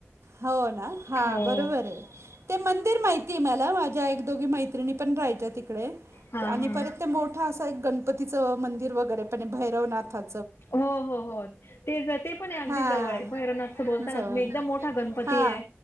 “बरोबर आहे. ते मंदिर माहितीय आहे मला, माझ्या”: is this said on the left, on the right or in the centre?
Right